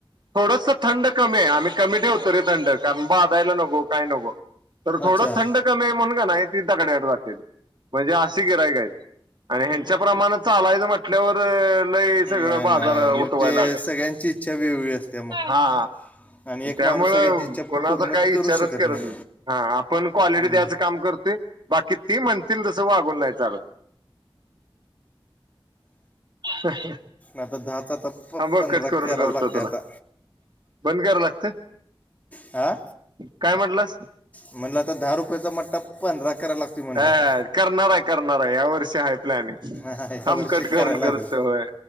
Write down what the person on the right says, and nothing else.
थोडस थंड कमी आहे आम्ही कमी ठेवतो रे थंड कारण बा ो काय नो तर थोड
थंड कमीण नाही ती दकड्या जात म्हणजे अशी गिरायक आणि ह्यांच्या प्रमाण चालायं म्हटल्यावर सगळं
बाजार
उठवाय
लागल
हा
त्यामु
कोणाच
काही ार
आपण क्वालिटी
द्यायचं काम करतोय बाकी ते म्हणतील जस वागूनयचं चाल ह ह
हा बघ
कट करून
करतो
तुला
बंद करावं लागत
काय म्हटलंस
हा
करणारा करणारा या वर्ष प्लॅनिंग
आम
कटखण
करत
होय